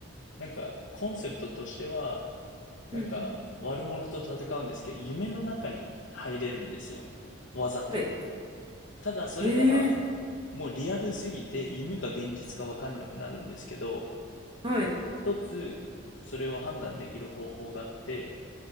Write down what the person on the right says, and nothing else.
うんうん。
はい。
ええ
はい。